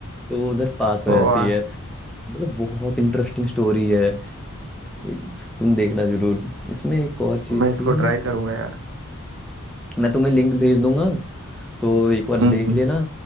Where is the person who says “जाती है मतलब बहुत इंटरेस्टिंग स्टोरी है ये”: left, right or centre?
Centre